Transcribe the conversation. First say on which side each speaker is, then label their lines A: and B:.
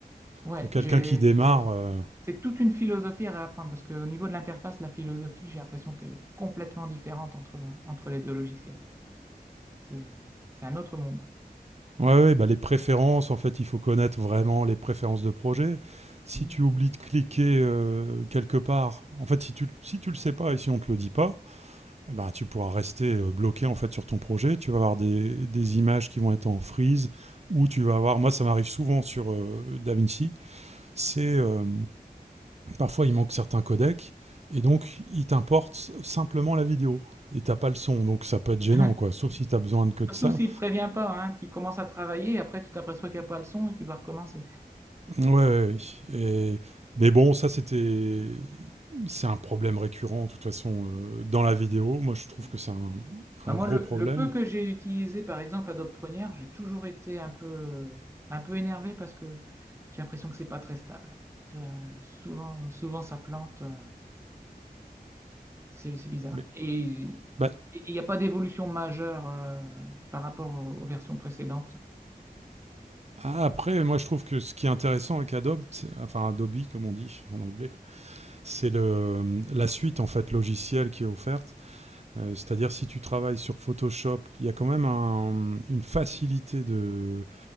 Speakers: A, on the right; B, on the right.
A: ouais,
B: Pour quelqu'un
A: j'ai
B: qui démarre, euh,
A: C'est toute une philosophie à réapprendre parce qu'au niveau de l'interface, la philosophie, j'ai l'impression qu'elle est complètement différente entre, entre les deux logiciels. C'est, c'est un autre monde.
B: ouais, ouais, bah les préférences, en fait, il faut connaître vraiment les préférences de projet. Si
A: Mm.
B: tu oublies de cliquer euh, quelque part, en fait, si tu si tu le sais pas et si on te le dit pas, eh ben, tu pourras rester euh, bloqué en fait sur ton projet. Tu vas avoir des, des images qui vont être en freeze ou tu vas avoir. Moi, ça m'arrive souvent sur euh, Da Vinci c'est euh, parfois il manque certains codecs, et donc il t'importe simplement la vidéo. Et t'as pas le son, donc ça peut être gênant,
A: <clears throat>
B: quoi. Sauf si t'as besoin de que de
A: Surtout
B: ça.
A: s'il ne te prévient pas, hein. tu commences à travailler et après tu t'aperçois qu'il n'y a pas le son et tu dois recommencer.
B: Ouais. ouais, ouais. Et... Mais bon, ça c'était, c'est un problème récurrent de toute façon euh, dans la vidéo. Moi, je trouve
A: Et-
B: que c'est un,
A: Bah,
B: un
A: moi,
B: gros
A: le,
B: problème.
A: le peu que j'ai utilisé, par exemple, Adobe Premiere, j'ai toujours été un peu, un peu énervé parce que j'ai l'impression que c'est pas très stable. Tu as- Souvent, souvent, ça plante. euh, C'est c'est bizarre.
B: Mais
A: Et
B: bah,
A: il n'y a pas d'évolution majeure euh, par rapport aux, aux versions précédentes.
B: ah, après, moi, je trouve que ce qui est intéressant avec Adobe, c'est- enfin Adobe comme on dit en anglais, c'est le la suite en fait logicielle qui est offerte Euh, C'est-à-dire si tu travailles sur Photoshop, il y a quand même un- une facilité de,